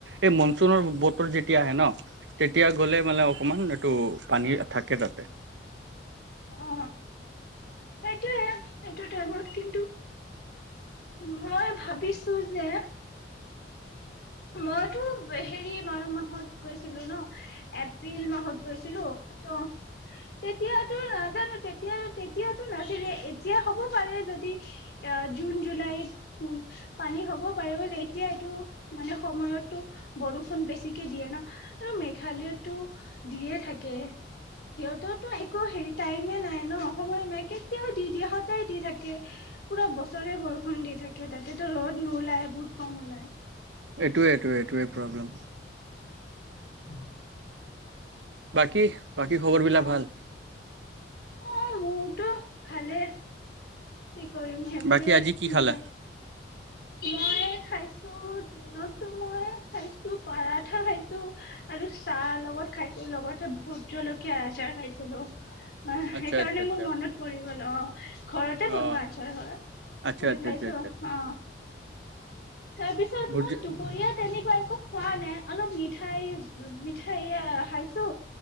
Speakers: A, on the right; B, on the left.
A: এই মনচোনৰ বতৰ যেতিয়া আহে ন এতিয়া গ'লে মানে অকণমান এইটো পানী থাকে তাতে
B: অ সেইটোয়ে সেইটো টাইমত কিন্তু মই ভাবিছো যে মইতো হেৰি বাৰ মাহত গৈছিলো ন এপ্ৰিল মাহত গৈছিলো ত তেতিয়াতো নাজানো তেতিয়া তেতিয়াতো নাছিলে এতিয়া হ'ব পাৰে যদি জুন জুলাইত উ পানী হ'ব পাৰে গৈ এতিয়া এইটো মানে সময়তো বৰষুণ বেছিকে দিয়ে ন আৰু মেঘালয়টো দিয়ে থাকে সিহঁততো একো হেৰি টাইমে নাই ন সময় নাই কেতিয়াও দি দিয়ে সদায় দি থাকে পুৰা বছৰে বৰষুণ খুন্দি থাকে তাতেতো ৰ'দ নোলাই বহুত কম ওলায়
A: এইটোৱে এইটোৱে এইটোৱে প্ৰব্লেম
B: উ
A: বাকী বাকী খবৰ বিলাক
B: অ
A: ভাল
B: অ হ টো ভালে কি কৰিম সেইবোৰে
A: বাকী আজি কি
B: ভি
A: খালা
B: আছে মই খাইছো ত দিনতো মই খাইছো পাৰঠা খাইছো আৰু চাহ লগত খাইছো লগতে ভোট জলকীয়া আচাৰ খাইছিলো অ সেইকাৰণে
A: আচ্ছা আচ্ছা আচ্ছা
B: মোৰ মনত পৰি গল অ ঘৰত ঘৰতে বনোৱা
A: অ
B: আছাৰ হয়
A: আচ্ছা
B: সেইটো
A: আচ্ছা
B: খাইছো
A: আচ্ছা আচ্ছা
B: অ তাৰপিছত
A: ভুজি
B: মই দুপৰীয়া তেনেকুৱা একো খোৱা নাই অলপ মিঠাই মিঠাই খাইছো